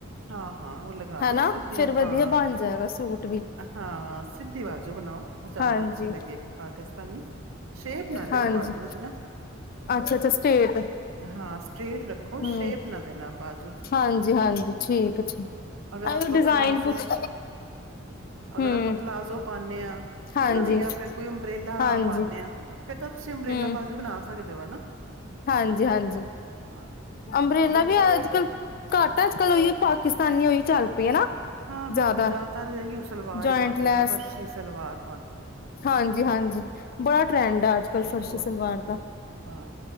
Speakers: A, on the right; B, on the left.
A: ਹਾਂ- ਹਾਂ ਉਹ ਲਗਾ
B: ਹਨਾ
A: ਲਓ ਸਿੱਧੀ
B: ਫੇਰ ਵਧੀਆ
A: ਹਾਂ
B: ਬਣ ਜਾਏਗਾ ਸੂਟ ਵੀ
A: -ਹਾਂ ਸਿੱਧੀ ਬਾਜੋ ਬਣਾਓ। ਜ਼ਿਆਦਾ
B: ਹਾਂਜੀ
A: ਅੱਛੀ ਲੱਗੇਗੀ ਪਾਕਿਸਤਾਨ ਸ਼ੇਪ ਨਾ ਦਿਓ
B: ਹਾਂਜੀ
A: ਬਾਜੂ ਚ ਨਾ।
B: ਅੱਛਾ ਅੱਛਾ ਸਟੇਟ
A: ਹਾਂ, ਸਟੇਟ ਰੱਖੋ
B: ਹਮ
A: ਸ਼ੇਪ ਨਾ ਦੇਣਾ ਬਾਜੂ ਚ
B: ਹਾਂਜੀ- ਹਾਂਜੀ, ਠੀਕ ਹੈ ਠੀਕ
A: ਅਗਰ
B: ਅ
A: ਆਪਾਂ
B: ਡਿਜ਼ਾਇਨ
A: ਪਲਾਜ਼ੋ,
B: ਪੁੱਛ
A: ਅਗਰ
B: ਹਮ
A: ਆਪਾਂ ਪਲਾਜ਼ੋ ਪਾਦੇ ਹਾਂ।
B: ਹਾਂਜੀ
A: ਹਨਾ ਜਾਂ ਫੇਿਰ ਕੋਈ ਅੰਬਰੇਲਾ
B: ਹਾਂਜੀ
A: ਪਾਉਦੇ ਹਾਂ। ਫੇਰ ਤਾਂ ਤੁਸੀਂ ਅੰਬਰੇਲਾ
B: ਹਮ
A: ਬਾਜੂ ਬਣਾ ਸਕਦੇ ਹੋ ਹਨਾ।
B: ਹਾਂਜੀ ਹਾਂਜੀ
A: ਹਾਂ
B: ਅੰਬਰੇਲਾ
A: ਅਦਰ
B: ਵੀ ਅੱਜ ਕਲ ਘੱਟ ਆ <unintelligible> ਕੱਲ ਉਈ ਪਾਕਿਸਤਾਨੀ ਉਹੀ ਚੱਲ ਪਈ ਹੈ ਨਾ
A: ਹਾਂ ਹੁਣ
B: ਜ਼ਿਆਦਾ
A: ਤਾਂ ਜ਼ਿਆਦਾਤਰ ਰਹੀ ਸਲਵਾਰ
B: ਜੁਆਇੰਟ
A: ਹੀ ਪਾਉਂਦੇ
B: ਲੈਸ
A: ਫਰਸ਼ੀ ਸਲ ਸਵਾਰ
B: ਹਾਂਜੀ ਹਾਂਜੀ ਬੜਾ ਟਰੈਂਡ ਆ ਅੱਜ ਕੱਲ ਫਰਸ਼
A: ਬਹੁਤ
B: ਸਲਵਾਰ ਦਾ
A: ਹਾਂ